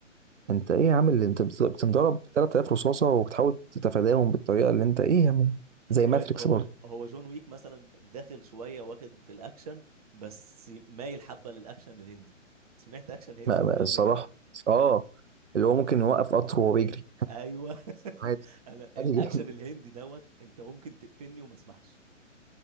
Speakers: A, on the right; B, on the right.
A: انت ايه يا عم اللي انت بت- بتنضرب 3000 رصاصه وبتحاول تتفاداهم بالطريقه اللي انت ايه يا عم زي ماتريكس
B: هو هو
A: برضه
B: هو جون ويك مثلا داخل شويه واخد في الاكشن بس مايل حبه للاكشن الهندي سمعت اكشن هندي
A: ما-
B: انت
A: ما-
B: قبل
A: الصراحه
B: كده
A: اه اللي هو ممكن يوقف قطر وهو بيجري
B: ايوه <laughs>
A: عادي
B: انا الاكشن
A: عادي جدا
B: الهندي دوت انت ممكن تقتلني وما اسمعش